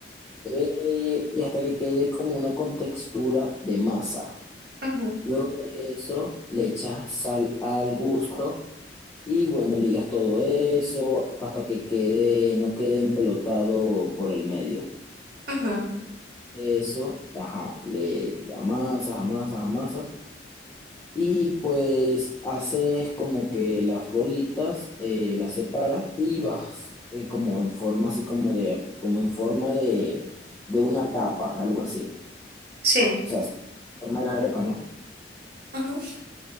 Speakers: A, on the left (about 15°); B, on the right (about 55°).
A: Eh, y hasta que quede como una contextura de masa.
B: Ujú,
A: Luego de eso, le echas sal al gusto y bueno, ligas todo eso hasta que quede, no quede empelotado por el medio.
B: ujú,
A: Eso, ajá, le, le amasas, amasas, amasas. Y pues haces como que las bolitas, eh, las separas y vas eh, como en forma así como de, como en forma de, de una tapa, algo así.
B: Sí,
A: O sea, es la forma de las arepas, ¿no?
B: ujú,